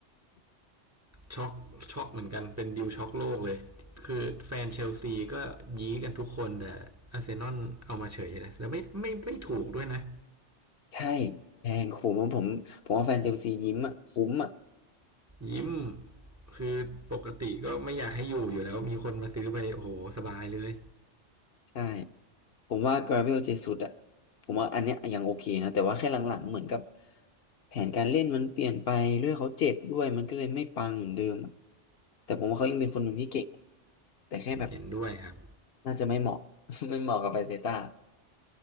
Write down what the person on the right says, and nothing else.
ช็อกช็อกเหมือนกันเป็นดิวช็อกโลกเลยคือแฟนเชลซีก็ยี้กันทุกคนแต่อาร์เซนอลเอามาเฉยเลยแล้วไม่ไม่ไม่ถูกด้วยนะ
ยิ้มคือปกติก็ไม่อยากให้อยู่อยู่แล้วมีคนมาซื้อไปโอ้โหสบายเลย
เห็นด้วยครับ